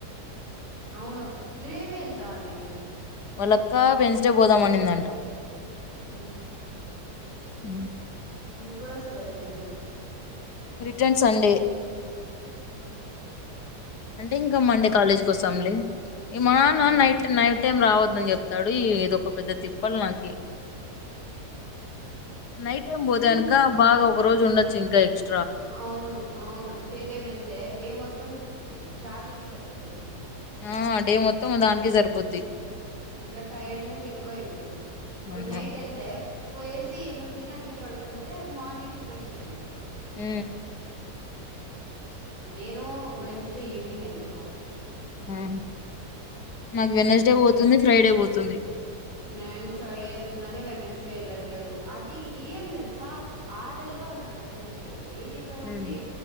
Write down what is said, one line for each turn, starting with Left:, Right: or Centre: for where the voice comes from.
Right: అవును రే ఫేల్తాని
Left: వల్ల అక్క వెడ్నెస్ డే పోదామనిందంట
Right: ఆహా
Left: అ
Right: ఎప్పుడుస్తావు రిటర్న్
Left: రిటర్న్ సండే
Right: ఆ
Left: అంటే ఇంకా మండే కాలేజ్కి వసాంలీ ఇమనా
Right: అవును
Left: నైట్ నైట్ టైమ్ రావద్ ని చెప్తాడు ఈ ఇదొక పెద్ద తిప్పాల నాకి నైట్ టైం పోతేనుక
Right: ఉమ్
Left: బాగా ఒక రోజు ఉండొచ్చు ఇంకా ఎక్స్
Right: అవును అవును డే డే వెళ్తే డే మొత్తం ట్రావెలింగ్ సరిపోతుంది
Left: ఆ డే మొత్తం దానికి జరుపోద్ది
Right: ఇంకా టైర్డ్నెస్ ఎక్కువ అయిపోతుంది ఇప్పుడు
Left: అమ్మా
Right: నైట్ వెళ్తే పోయేసి ఏమైన్నా తిని అట్లా పడుకుంటే మార్నింగ్ ఫ్రెష్ ఉంటుంది
Left: హ
Right: నేను వెన్స్డే ఈవినింగ్ వెళ్ళిపోతా
Left: ఆ నాకు వెనస్డే పోతుంది ఫ్రైడే పోతుంది
Right: నేన్ ఫ్రైడే వెళ్తుందనే వెనస్డే వెళ్ళట్లేదు అది ఏం తెలుసా ఆర్ేల్ల్లో నాకు అటెండెన్స్ లేదు ఎయిటీ ఫైవ్
Left: హ్మ్
Right: ఉంది